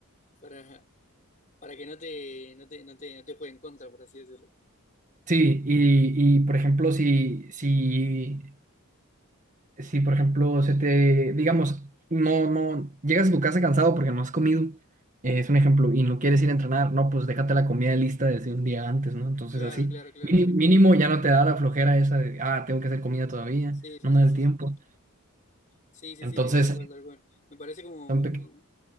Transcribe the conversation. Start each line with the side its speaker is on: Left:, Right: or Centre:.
Left: para, para que no te, no te, no te, no te juegue en contra, por así decirlo.
Right: Sí, y, y por ejemplo, si, si, si, por ejemplo, se te, digamos, no, no, llegas a tu casa cansado porque no has comido, eh, es un ejemplo, y no quieres ir a entrenar, no, pues déjate la comida lista desde un día antes, ¿no? Entonces
Left: Claro,
Right: así,
Left: claro, claro,
Right: mini-
Left: tal
Right: mínimo
Left: cual, tal cual.
Right: ya no te da la flojera esa de, ah, tengo que hacer comida todavía,
Left: Sí, sí,
Right: no me
Left: sí,
Right: da
Left: sí,
Right: el tiempo.
Left: sí. Sí, sí,
Right: Entonces,
Left: sí, sí, tal cual, tal cual. Me parece como,
Right: Son
Left: mu-
Right: peque-